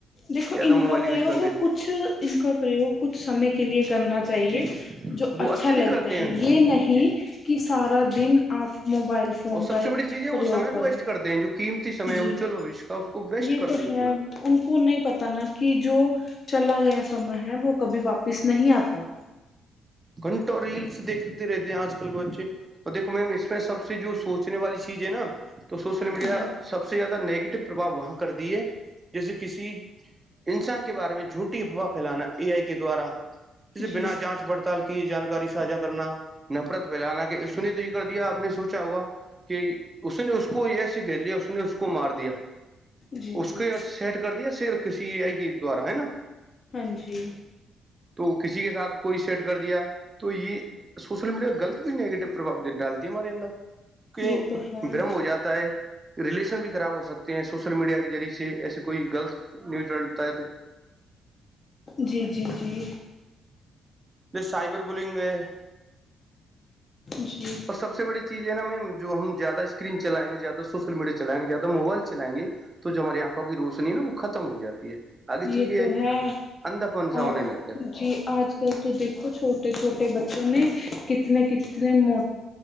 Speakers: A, on the left; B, on the right.
A: دیکھو
B: زیادہ
A: ان
B: موبائل
A: کا پریوگ
B: یوز کرنے سے
A: کچھ ان کا پرریوگ کچھ سمے کے لیے کرنا چاہیے
B: جی جی
A: جو
B: وہ
A: اچھا
B: اتدک
A: لگتا
B: کرتے ہیں
A: ہے
B: جی
A: یہ نہیں
B: جی
A: کی سارا دین آپ موبائل فون
B: اور سب
A: کا
B: سے بڑی چیز ہے
A: پریوگ
B: وہ سم
A: کرو
B: کو ویسٹ کرتے ہیں جو قیمتی سم ہےجل
A: جی
B: بھشیہ کا اس کو ویسٹ
A: یہ
B: کرتے
A: تو
B: ہیں
A: ہے
B: لوگ
A: ان کو نہیں پتا نا کہ جو چلا گیا سمے ہے وہ کبھی واپس نہیں آتا
B: گھنٹہ ریلس دیکھتے رہتے ہیں آج کل کے بچے اور دھو میم اس میں سب سے جو سوچ سچنے والی چیز ہے نا تو سوشل میڈیا
A: جی
B: سب سے زیادہ نگیٹو پرباؤ وہاں کر دی ہے جیسے کسی انسان کے بارے میں جھوٹی افواہ پھیلانا ا آئی کے دوارا جسے
A: جی
B: بنا جانچ پڑھتے کی جانکاری ساھا کرنا نفرت پھیلانا کہنے تو یہ کر دیا آپ نے سوچا ہوگا کہ اس نے اس کو ے گھیر لیا اس نے اس کو مار دیا
A: جی
B: اس
A: جی
B: کے سیٹ کر دیا صرف کسی ا آئی کے دوارا ہے نا
A: ہاں جی
B: تو کسی کے ساتھ کوئی سیٹ کر دیا تو یہ سوشل میڈیا غلط بھی نیگیٹو پرب ڈالتی ہے ہمارے اندر کیکہ
A: یہ تو ہے
B: برم ہو جاتا ہے ریلیشن بھی خراب ہو سکتے ہیں سوشل میڈیا کے ذریعے سے ایسے کوئی غلط نیوز ڈتا ہے تو
A: جی جی جی
B: جیس سائبر بلنگ ہے
A: جی
B: سب سے بڑی چیز ہے نایم جو ہم زیادہ اسکری چائیں گے زیاہ سوشل میڈیا چلائ گے زیادہ موبائل چلائ گے تو جو ہماری آنکھوں کی روشنی نا وہ ختم ہو جاتی ہے آگے چل
A: یہ
B: کے
A: تو ہے
B: اندھا پن سا ہونے
A: اب
B: لگتا
A: جی آج کل تو دیکھو چھوٹے چھوٹے بچوں نے کتنے کتنے مو